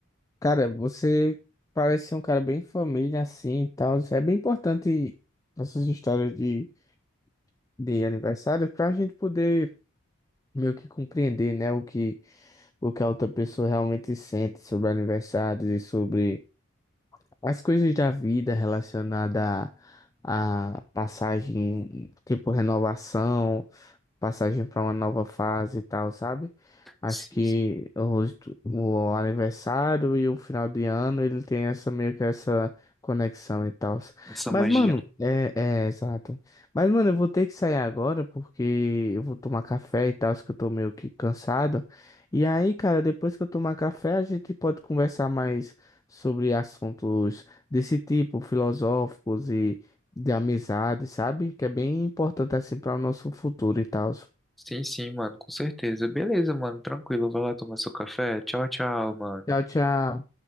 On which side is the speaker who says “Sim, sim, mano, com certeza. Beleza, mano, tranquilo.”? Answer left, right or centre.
Centre